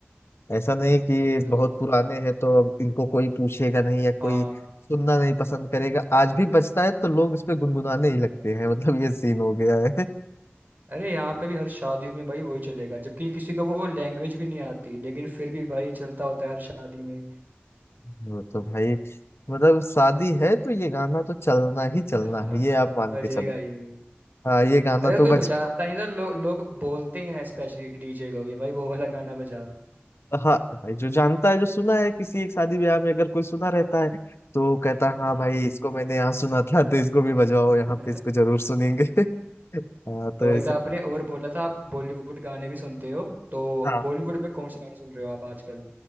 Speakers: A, on the left; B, on the right.
A: ऐसा नहीं कि ये
B: तो
A: बहुत पुराने हैं तो अब इनको कोई पूछेगा नहीं या कोई
B: हाँ
A: सुनना नहीं पसंद करेगा आज भी बजता है तो लोग इस पे गुनगुनाने ही लगते हैं मतलब ये सीन हो गया है
B: अरे यहाँ पे भी हर शादियों में भाई वही चलेगा जबकि किसी को वो लैंग्वेज भी नहीं आती लेकिन फिर भी भाई चलता होता है हर शादी में
A: वो तो भाई मतलब शादी है तो ये गाना तो चलना ही चलना
B: हाँ
A: है ये आप मान
B: बजेगा
A: के चलो
B: ही वो
A: हाँ ये गाना
B: अरे
A: तो
B: कोई
A: बज
B: बजाता नहीं तो लो, लोग बोलते हैं स्पेशली डीजे को कि भाई वो वाला गाना बजा
A: हाँ भाई जो जानता है जो सुना है किसी एक शादी ब्याह में अगर कोई सुना रहता है तो कहता है हाँ
B: हम्म
A: भाई इसको मैंने यहाँ सुना था तो इसको भी बजवाओ यहाँ
B: <laughs>
A: पे इसको जरूर सुनेंगे <laughs> हाँ
B: तो
A: तो
B: एक
A: ऐसा
B: आपने और बोला था आप बॉलीवुड गाने भी सुनते हो तो
A: हाँ
B: बॉलीवुड में कौन से गाने सुन रहे हो आप आजकल